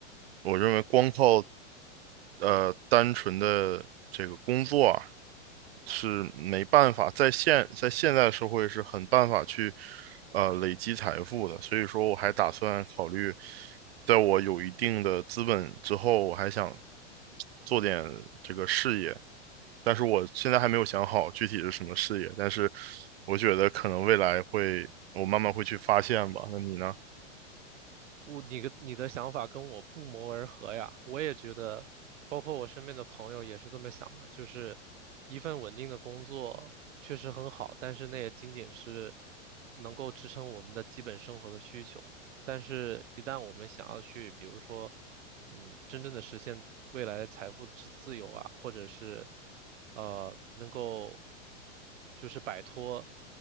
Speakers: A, on the right; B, on the right.
A: 我认为光靠呃，单纯的这个工作啊，是没办法在现在现在社会是很办法去呃累积财富的，所以说我还打算考虑，在我有一定的资本之后，我还想做点这个事业，但是我现在还没有想好具体是什么事业，但是我觉得可能未来会，我慢慢会去发现吧。那你呢？
B: 我你的你的想法跟我不谋而合呀，我也觉得，包括我身边的朋友也是这么想的，就是一份稳定的工作确实很好，但是那也仅仅是能够支撑我们的基本生活的需求。但是，一旦我们想要去，比如说，嗯，真正的实现未来的财富自自由啊，或者是呃，能够就是摆脱，